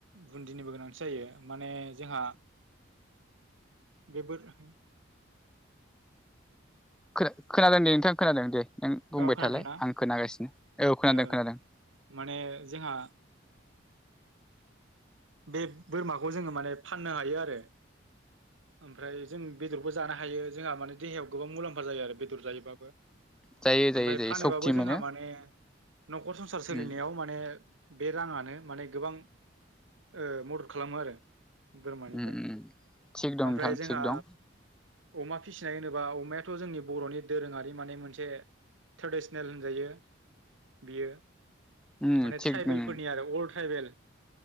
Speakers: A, on the right; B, in the centre.
A: बुन्दिनिबो गोनांथि जायो माने जोंहा बे बोरमा
B: खोना खोनादों दे नोंथां खोनादों दे। नों बुंबाय
A: औ खोनादोंना
B: थालाय आं खोनागासिनो औ खोनादों
A: ओ
B: खोनादों।
A: माने जोंहा बे बोरमाखौ जोङो माने फाननो हायो आरो। ओमफ्राय जों बेदरबो जानो हायो जोंहा माने देहायाव गोबां मुलाम्फा जायो आरो बेदर जायोबाबो।
B: जायो
A: ओमफाय
B: जायो जायो
A: फानोबाबो
B: सक्ति
A: जोंहा
B: मोनो
A: माने न'खर संसार सोलिनायाव
B: उम
A: माने बे राङानो माने गोबां ओ मदद खालामो आरो। बोरमानिफ्राय
B: उम उम थिग दं
A: ओमफ्राय
B: नोंथां
A: जोंहा
B: थिग दं
A: अमा फिसिनाय होनोबा अमायाथ' जोंनि बर'नि दोरोङारि माने मोनसे ट्रेडिसनेल होनजायो। बियो
B: उम
A: माने
B: थिग
A: ट्राइबेलफोरनि
B: उम
A: आरो अल ट्राइबेल